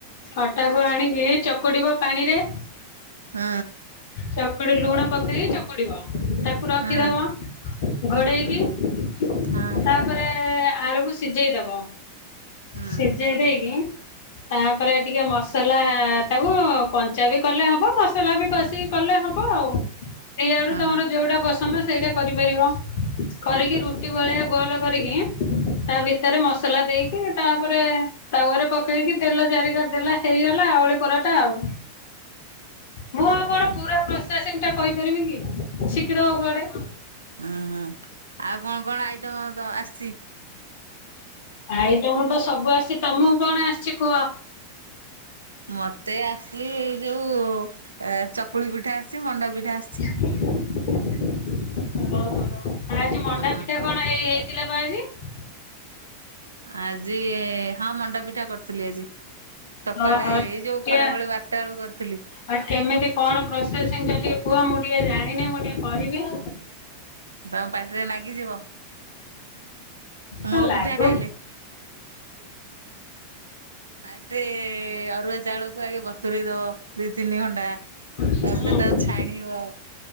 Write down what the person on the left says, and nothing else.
ଅଟାକୁ ଆଣିକି ଚକୁଡିବ ପାଣିରେ।
ଚକୁଡି ଲୁଣ ପକେଇକି ଚକୁଡିବ ତା କୁ ରଖିଦବ
ଘୋଡ଼େଇକି
ତା
ପରେ ଆଳୁକୁ ସିଜେଇ ଦେବ
ସିଜେଇ ଦେଇକି। ତାପରେ ଟିକେ ମସଲାଟାକୁ କଞ୍ଚା ବି କଲେ ହବ ମସଲା ବି କଷିକି କଲେ ହେବ ଆଉ ଦିଆଡୁ
ତମର ଯୋଉଟା ପସନ୍ଦ ସେଇଟା କରିପାରିବ। କରିକି ରୁଟି ଭଳିଆ ଗୋଲ କରିକି ତା ଭିତରେ ମସଲା ଦେଇକି ତାପରେ ତାୱାରେ ପକେଇକି ତେଲ ଚାରି କରେ ଦେଲେ ହେଇଗଲା ଆଳୁ ପରଠା ଆଉ। ମୁଁ ଆଉ କଣ ପୁରା ପ୍ରୋସେସିଙ୍ଗି ଟା କହିପାରିବିକି ଶିଖିଦେବ କୁଆଡେ
ଆଇଟମ୍ ତ ସବୁ ଆସିଚି ତମୁକୁ କଣ ଆସିଚି କୁହ।
ଓହୋ ଆଜି ମଣ୍ଡା ପିଠା କଣ ଏଇ
ହେଇଥିଲା ବା ଆଜି?
ଓହୋ
କିଆ
ଆଉ କେମିତି କଣ ପ୍ରୋସେସିଂଟା ଟିକେ କୁହ ମୁଁ ଟିକେ ଜାଣିନି ମୁଁ ଟିକେ କରିବି।
ହଁ
ଲାଗୁ
ହୁଁ